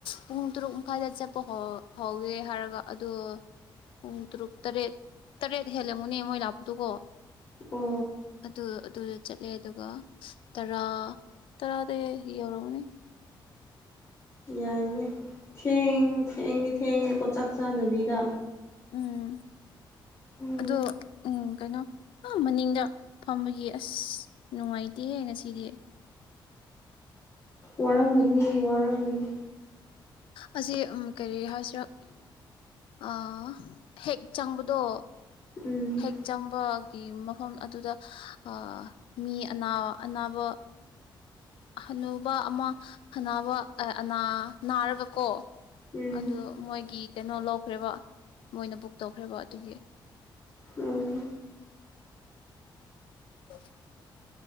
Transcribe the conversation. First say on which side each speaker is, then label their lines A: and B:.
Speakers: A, on the left; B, on the left.
A: ꯄꯨꯡ ꯇꯔꯨꯛ ꯃꯈꯥꯏꯗ ꯆꯠꯄ ꯍꯣ ꯍꯧꯒꯦ ꯍꯥꯏꯔꯒ ꯑꯗꯣ ꯄꯨꯡ ꯇꯔꯨꯛ ꯇꯔꯦꯠ ꯇꯔꯦꯠ ꯍꯦꯜꯂꯝꯒꯥꯅꯦ ꯃꯣꯏ ꯂꯥꯛꯄꯗꯨꯀꯣ
B: ꯑꯣ
A: ꯑꯗꯨ ꯑꯗꯨꯗ ꯆꯠꯂꯦ ꯑꯗꯨꯒ ꯇꯔꯥ ꯇꯔꯥꯗꯤ ꯌꯧꯔꯝꯒꯅꯤ
B: ꯌꯥꯏꯅꯦ ꯊꯦꯡ ꯊꯦꯡꯗꯤ ꯊꯦꯡꯉꯦꯀꯣ ꯆꯥꯛ ꯆꯥꯗꯕꯤꯗ
A: ꯎꯝ
B: ꯎꯝ
A: ꯑꯗꯨ ꯎꯝ ꯀꯩꯅꯣ ꯑꯥ ꯃꯅꯤꯡꯗ ꯐꯝꯕꯒꯤ ꯑꯁ ꯅꯨꯡꯉꯥꯏꯇꯦꯍꯦ ꯉꯁꯤꯗꯤ
B: ꯋꯥꯔꯝꯒꯅꯤ ꯋꯥꯔꯝꯒꯅꯤ
A: ꯑꯁꯤ ꯎꯝ ꯀꯔꯤ ꯍꯥꯏꯁꯤꯔꯥ ꯑꯥ ꯍꯦꯛ ꯆꯪꯕꯗꯣ
B: ꯎꯝ
A: ꯍꯦꯛ ꯆꯪꯕꯒꯤ ꯃꯐꯝ ꯑꯗꯨꯗ ꯑꯥ ꯃꯤ ꯑꯅ ꯑꯅꯥꯕꯥ ꯍꯅꯨꯕꯥ ꯑꯃ ꯍꯥꯅꯕ ꯑꯅꯥ ꯅꯥꯔꯒ ꯀꯣ
B: ꯎꯝ
A: ꯑꯗꯨ ꯃꯣꯏꯒꯤ ꯀꯩꯅꯣ ꯂꯧꯈ꯭ꯔꯦꯕ ꯃꯣꯏꯅ ꯕꯨꯛ ꯇꯧꯈ꯭ꯔꯦꯕ ꯑꯗꯨꯒꯤ
B: ꯎꯝ
A: <inaudible>